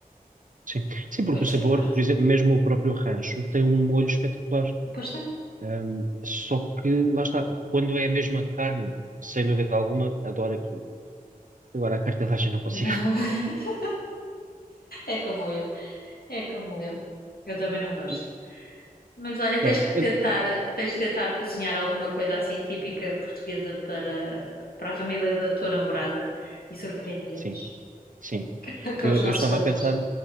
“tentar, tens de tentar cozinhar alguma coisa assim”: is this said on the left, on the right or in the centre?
Left